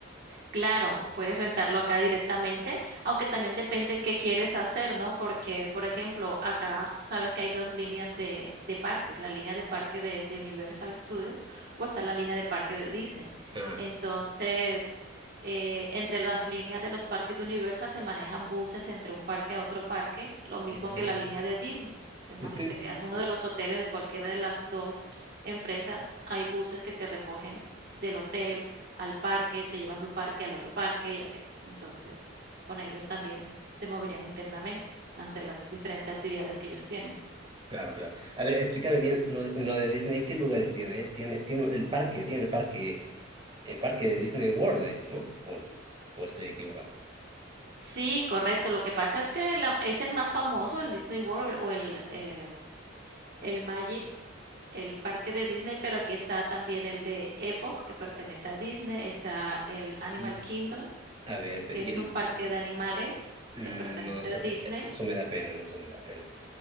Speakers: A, on the right; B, on the right.
A: Claro, puedes rentarlo acá directamente, aunque también depende qué quieres hacer, ¿no? Porque, por ejemplo, acá sabes que hay dos líneas de, de parques, la línea de parque de, de Universal Studios o está la línea de parque de Disney.
B: Ah.
A: Entonces, eh, entre las líneas de los parques de Universal se manejan buses entre un parque a otro parque, lo mismo
B: Ya.
A: que la línea de Disney. Es
B: Ujú.
A: más, si te quedas en uno de los hoteles de cualquiera de las dos empresas, hay buses que te recogen del hotel al parque, te llevan de un parque al otro parque y así. Entonces, con ellos también te moverían internamente ante las diferentes actividades que ellos tienen.
B: Claro, claro. A ver, explícame bien lo, de lo de Disney, ¿qué lugares tiene? Tiene, tiene el parque, tiene el parque, el parque de Disney World ahí, ¿no? ¿O, no? ¿O estoy equivocado?
A: Sí, correcto. Lo que pasa es que la- es el más famoso, el Disney World o el, eh, el Magic, el parque de Disney, pero aquí está también el de Epoch, que pertenece a Disney, está el Animal
B: Y,
A: Kingdom,
B: a ver, pe-
A: que
B: y
A: es
B: el,
A: un parque de animales
B: mm,
A: que pertenece
B: no, eso,
A: a Disney,
B: eh, eh, eso me da pena, no, eso me da pena.